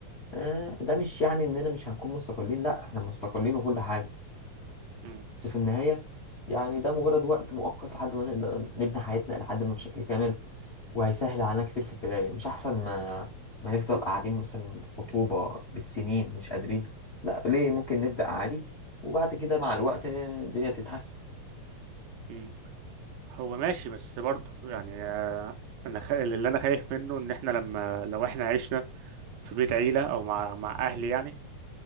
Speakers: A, on the left; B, on the right.
A: آه، ده مش يعني اننا مش هنكون مستقلين لا احنا مستقلين وكل حاجة
B: مم.
A: بس في النهاية يعني ده مجرد وقت مؤقت لحد ما نقدر نبني حياتنا لحد ما بشكل كامل وهيسهل علينا كتير في البداية مش أحسن ما ما نفضل قاعدين مثلا خطوبة بالسنين مش قادرين لا ليه ممكن نبدأ عادي وبعد كده مع الوقت الدنيا تتحسن
B: مم. هو ماشي بس برضه يعني آه، انا خ... اللي انا خايف منه ان احنا لما لو احنا عشنا في بيت عيله او مع مع اهلي يعني